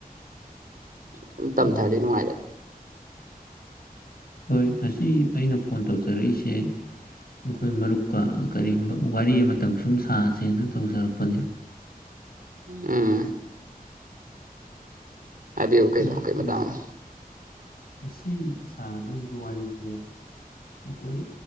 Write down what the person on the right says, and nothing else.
ꯁꯨꯝ ꯇꯝꯊꯔꯗꯤ
ꯅꯨꯡꯉꯥꯏꯗꯅ
ꯎꯝ ꯍꯥꯏꯕꯤꯌꯨ
ꯀꯩꯅꯣ ꯀꯩ
ꯃꯥꯇꯥꯡꯅꯣ